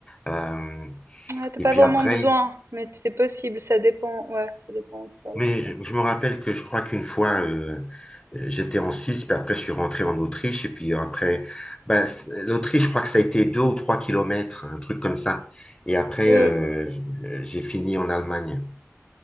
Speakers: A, on the left; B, on the right.
A: Euh,
B: Ouais, t'as
A: et
B: pas
A: puis
B: vraiment
A: après,
B: besoin, mais c'est possible, ça dépend. Ouais, ça dépend par où
A: Mais
B: tu passes.
A: je, je me rappelle que je crois qu'une fois, euh, euh, j'étais en Suisse, puis après, je suis rentré en Autriche, et puis après, ben, c- l'Autriche, je crois que ça a été deux ou trois kilomètres, un truc comme ça. Et après,
B: Oui,
A: euh,
B: oui.
A: j- j'ai fini en Allemagne.